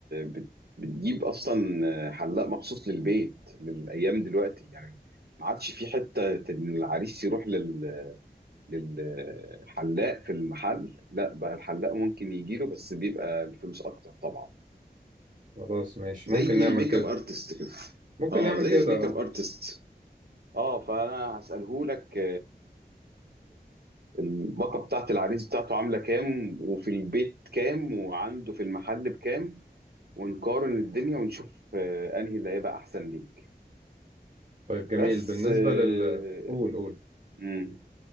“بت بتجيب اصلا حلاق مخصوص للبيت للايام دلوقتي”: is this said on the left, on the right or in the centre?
Right